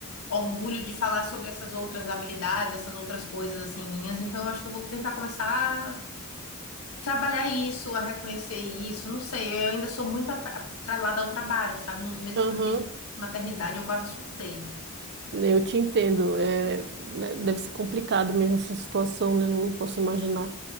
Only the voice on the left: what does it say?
orgulho de falar sobre essas outras habilidades, essas outras coisas assim minhas. Então, eu acho que eu vou tentar começar trabalhar isso, a reconhecer isso, não sei, eu ainda sou muito ap- atrelada ao trabalho, sabe? Nos meses
que eu fiquei de maternidade, eu quase surtei.